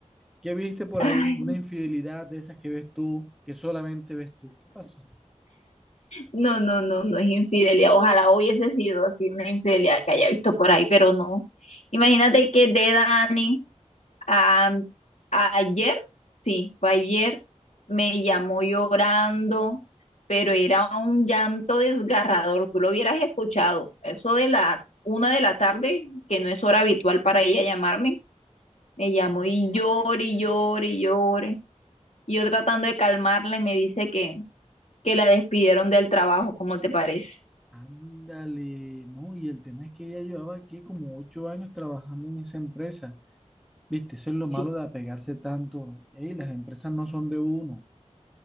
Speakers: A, in the centre; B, on the left.
A: ¿qué viste por
B: Ay,
A: ahí? Una infidelidad de esas que ves tú, que solamente ves tú. ¿Qué pasó?
B: no, no, no, no no es infidelidad. Ojalá hubiese sido así una infidelidad que haya visto por ahí, pero no. Imagínate que de Dani. Am- ayer, sí, fue ayer, me llamó llorando, pero era un llanto desgarrador. Tú lo hubieras escuchado. Eso de la una de la tarde, que no es hora habitual para ella llamarme, me llamó y llore, y llore, y llore. Y yo tratando de calmarla y me dice que, que la despidieron del trabajo, ¿cómo te parece?
A: Ándale, no, y el tema es que ella llevaba aquí como ocho años trabajando en esa empresa. Viste, eso es lo
B: Sí,
A: malo de apegarse tanto. Ey, las empresas no son de uno.